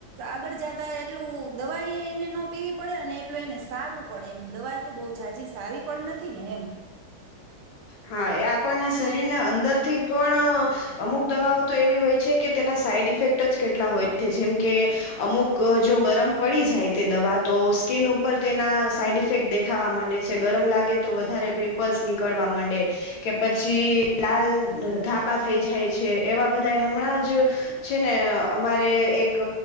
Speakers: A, on the right; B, on the left.
A: આગળ જતા એટલું દવા એને ન પીવી પડે અને એટલું એને સારું પડે એમ દવા તો બહુ જાાજી સારી પણ નથી ને એમ
B: હા, એ આપણના શરીરના અંદરથી પણ અમુક દવાઓ તો એવી હોય છે, કે તેના સાઈડ ઇફેક્ટ જ કેટલા હોય છે. જેમ કે અમુક જો ગરમ પડી જાય તે દવા તો સ્કીિન ઉપર તેના સાઈડ ઇફેક્ટ દેખાવા માંડે છે. ગરમ લાગે તો વધારે પિમ્પલ્સ નીકળવા માંડે છે. કે પછી લાલ ધાબા થઈ જાય છે. એવા બધા હમણાં જ છે, ને અમારે એક